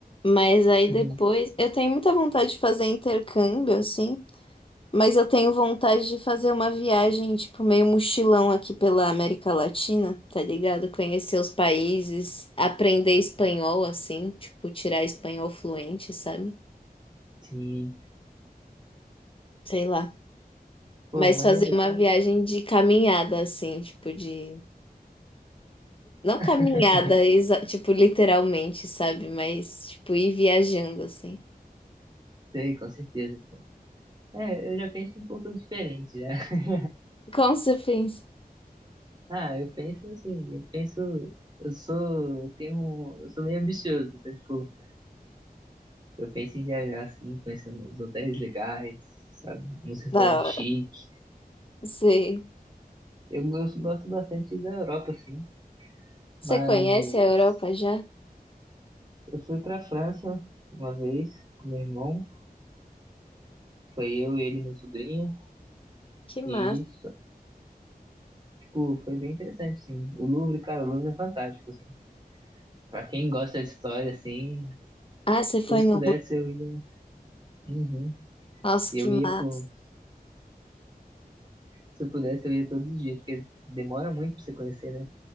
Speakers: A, on the left (about 35°); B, on the right (about 30°).
A: Mas aí
B: Uhum.
A: depois. Eu tenho muita vontade de fazer intercâmbio, assim. Mas eu tenho vontade de fazer uma viagem, tipo, meio mochilão aqui pela América Latina, tá ligado? Conhecer os países, aprender espanhol, assim. Tipo, tirar espanhol fluente, sabe?
B: Sim.
A: Sei lá.
B: Pô,
A: Mas
B: maneiro
A: fazer uma
B: também.
A: viagem de caminhada, assim, tipo, de. Não
B: <laughs>
A: caminhada, exa- tipo, literalmente, sabe? Mas, tipo, ir viajando, assim.
B: Sei, com certeza, pô. É, eu já penso um pouco diferente, né? <laughs>
A: Como você pensa?
B: Ah, eu penso assim, eu penso, eu sou, eu tenho, um- eu sou meio ambicioso, então, tipo, eu penso em viajar assim, conhecer uns hotéis legais, sabe, uns restaurantes
A: Da hora.
B: chiques.
A: Você,
B: Eu gosto, gosto bastante da Europa, assim,
A: você
B: Mas
A: conhece a Europa já?
B: eu fui para a França uma vez com meu irmão. Foi eu, ele e meu sobrinho.
A: Que
B: E,
A: massa.
B: só, tipo, foi bem interessante, assim. O Louvre, cara, o Louvre é fantástico, assim. Pra quem gosta de história, assim,
A: Ah, você foi
B: se
A: no...
B: eu pudesse,
A: Lu-
B: eu ia. Uhum.
A: Nossa,
B: Eu
A: que massa.
B: ia por... Se eu pudesse, eu ia todos os dias, porque demora muito pra você conhecer, né?